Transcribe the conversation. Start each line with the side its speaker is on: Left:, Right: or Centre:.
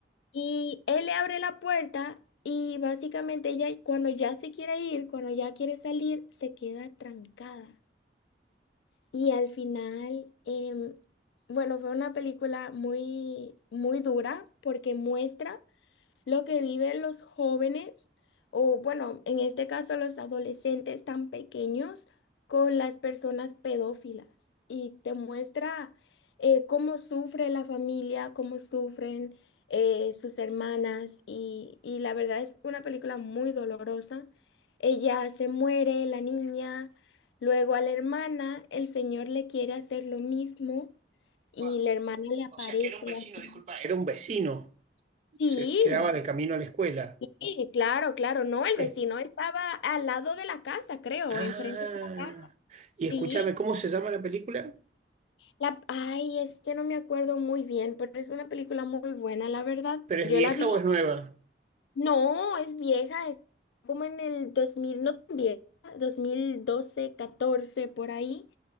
Left: Y él le abre la puerta y básicamente ella cuando ya se quiere ir, cuando ya quiere salir, se queda trancada. Y al final, em, bueno, fue una película muy, muy dura porque muestra lo que viven los jóvenes, o bueno, en este caso los adolescentes tan pequeños, con las personas pedófilas. Y te muestra eh, cómo sufre la familia, cómo sufren eh, sus hermanas. Y, y la verdad es una película muy dolorosa. Ella se muere, la niña. Luego a la hermana, el señor le quiere hacer lo mismo y
Right: Guau,
Left: la hermana le aparece
Right: O sea, que era un vecino,
Left: así.
Right: disculpa, Era un un... vecino,
Left: Sí,
Right: se quedaba de camino a la escuela.
Left: Sí, claro, claro, no, el
Right: Es-
Left: vecino estaba al lado de la casa, creo,
Right: ah,
Left: enfrente de la casa.
Right: y
Left: Sí,
Right: escúchame, ¿cómo se llama la película?
Left: la, ay, es que no me acuerdo muy bien, pero es una película muy buena, la verdad.
Right: ¿Pero es
Left: Yo
Right: vieja
Left: la vi,
Right: o es nueva?
Left: no, es vieja, es como en el 2000, no tan vieja, 2012, 14, por ahí,